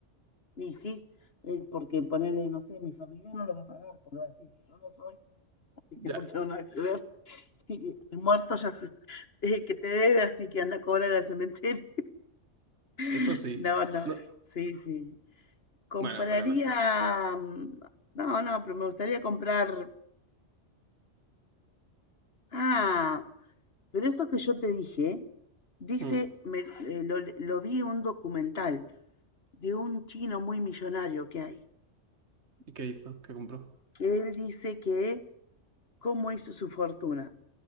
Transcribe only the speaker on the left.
Y sí, eh, porque ponerle, no sé, mi familia no lo va a pagar, porque va a decir, yo no soy, así que
no tengo nada que ver. <laughs> Y el muerto ya se, eh, que te debe, así que anda a cobrar al cementerio.
<laughs>
No, no.
Sí, sí. Compraría,
mm, no, no, pero me gustaría comprar, ah, pero eso que yo te dije, dice,
me- eh, lo, le- lo vi en un documental de un chino muy millonario que hay,
que él dice que cómo hizo su fortuna.